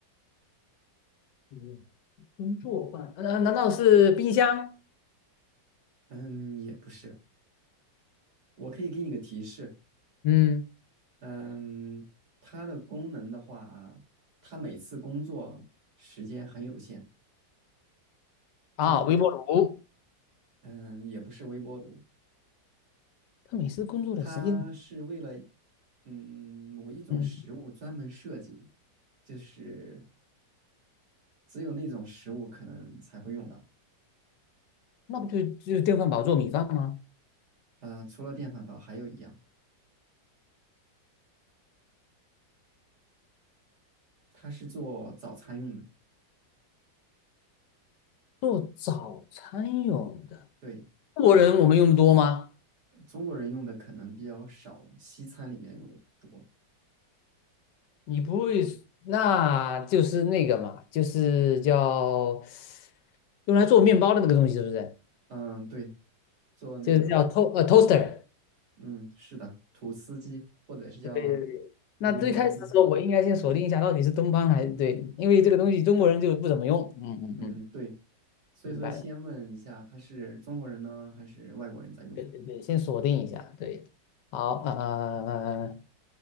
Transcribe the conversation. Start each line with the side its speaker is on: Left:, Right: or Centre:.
Left: 嗯工作饭，呃，难道是冰箱？
Right: 嗯，也不是。我可以给你个提示，
Left: 嗯，
Right: 嗯，它的功能的话，它每次工作时间很有限，
Left: 啊，
Right: 就是，
Left: 微波炉。
Right: 嗯，也不是微波炉，
Left: 他每次工作的时间，
Right: 它是为了嗯，某一种食物专门设计，
Left: 嗯，
Right: 就是只有那种食物可能才会用到。
Left: 那不就就电饭煲做米饭吗？
Right: 呃，除了电饭煲，还有一样，它是做早餐用的。
Left: 做早餐用的。
Right: 对，
Left: 中国人我们用的多吗？
Right: 中国人用的可能比较少，西餐里面用的多。
Left: 你不会，那就是那个嘛，就是叫用来做面包的那个东西，是不是？
Right: 嗯，对，做那个，
Left: 就是叫 to 呃 toaster。
Right: 嗯，是的，吐司机或者是叫
Left: 对对对。那最开始的时候，
Right: 呃面包机。
Left: 我应该先锁定一下到底是东方还是对，因为这个东西中国人就不怎么用。嗯嗯嗯，
Right: 嗯，对，所以说先问一下，
Left: 明白了。
Right: 他是中国人呢，还是外国人在用？
Left: 对对对，先锁定一下。对，好，呃，呃呃呃呃